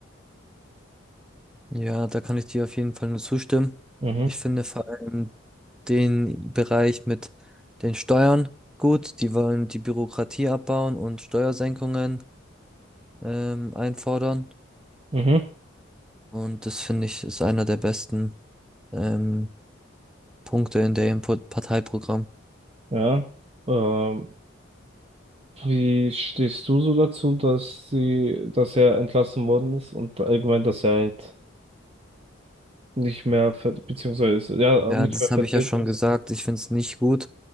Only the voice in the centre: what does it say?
Ja, da kann ich dir auf jeden Fall nur zustimmen.
Ich finde vor allem den Bereich mit den Steuern gut. Die wollen die Bürokratie abbauen und Steuersenkungen ähm, einfordern.
Und das finde ich ist einer der besten ähm, Punkte in der Input Parteiprogramm.
Ja,
das
habe ich ja schon
gesagt. Ich finde es nicht gut,